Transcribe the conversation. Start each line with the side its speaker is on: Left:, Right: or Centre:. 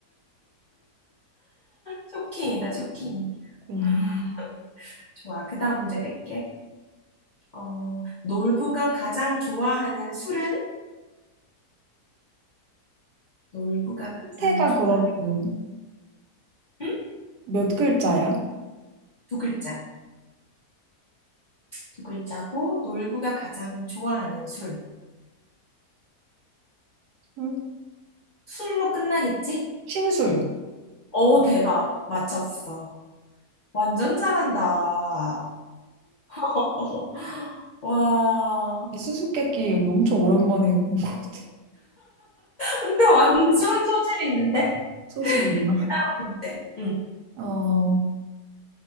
Left: 쇼킹이다, 쇼킹.
Right: 음.
Left: 아, 좋아. 그다음 문제 낼게. 어, 놀부가 가장 좋아하는 술은? 놀부가 가장
Right: 술태가
Left: 좋아하는
Right: 그러면
Left: 응?
Right: 몇 글자야?
Left: 두 글자. 두 글자고 놀부가 가장 좋아하는 술.
Right: 술?
Left: 술로 끝나겠지?
Right: 심술.
Left: 어, 대박. 맞췄어. 완전 잘한다. <laughs> 와,
Right: 수수께끼 엄청 오랜만에 본 것 같아.
Left: 근데 완전 소질이 있는데?
Right: 소질 있나?
Left: 그 다음 문제. 응.
Right: 어,